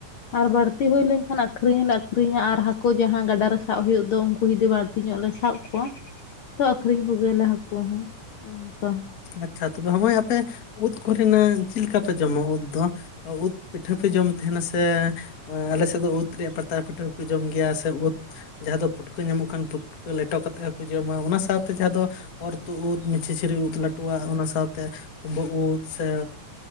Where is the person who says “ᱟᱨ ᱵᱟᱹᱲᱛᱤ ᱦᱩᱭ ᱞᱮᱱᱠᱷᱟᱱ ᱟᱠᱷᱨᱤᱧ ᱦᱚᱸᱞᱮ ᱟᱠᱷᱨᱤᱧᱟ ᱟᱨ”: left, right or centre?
Left